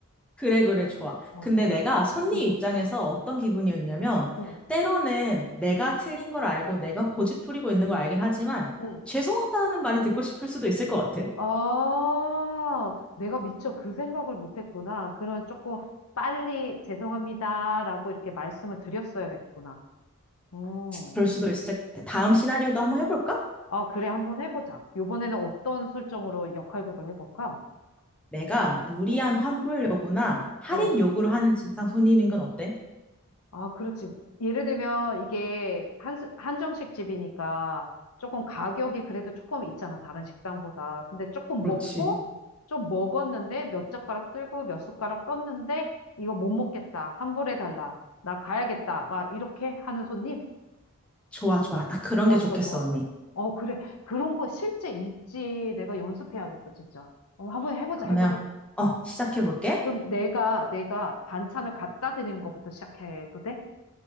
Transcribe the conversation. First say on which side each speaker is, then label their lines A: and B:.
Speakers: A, in the centre; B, on the left.
A: 그래, 그래, 좋아.
B: 어,
A: 근데
B: 어.
A: 내가 손님
B: 응,
A: 입장에서 어떤 기분이었냐면,
B: 응,
A: 때로는 내가
B: 응,
A: 틀린 걸 알고 내가 고집부리고 있는 걸 알긴 하지만,
B: 응.
A: 죄송하다는 말이 듣고 싶을 수도 있을 것 같아.
B: 아, 내가 미처 그 생각을 못했구나. 그런 조금 빨리 죄송합니다라고 이렇게 말씀을 드렸어야 됐구나. 어.
A: 그럴 수도 있을 것 같아. 다음 시나리오도 한번 해볼까?
B: 아, 그래. 한번 해보자. 요번에는 어떤 설정으로 역할극을 해볼까?
A: 내가
B: 음,
A: 무리한
B: 어,
A: 환불 요구나 할인
B: 어.
A: 요구를 하는 진상 손님인 건 어때?
B: 아, 그렇지. 예를 들면 이게 한, 한정식 집이니까 조금 가격이 그래도 조금 있잖아, 다른 식당보다. 근데 조금
A: 그렇지.
B: 먹고, 좀 먹었는데 몇 젓가락 들고 몇 숟가락 떴는데 이거 못 먹겠다. 환불해 달라. 나 가야겠다. 막 이렇게 하는 손님?
A: 좋아, 좋아. 딱 그런
B: 좋았어,
A: 게 좋겠어,
B: 좋았어.
A: 언니.
B: 어, 그래. 그런 거 실제 있지. 내가 연습해야겠어, 진짜. 어, 한번 해보자,
A: 그러면,
B: 해보자.
A: 어, 시작해볼게.
B: 어. 그럼 내가, 내가 반찬을 갖다 드리는 것부터 시작해도 돼?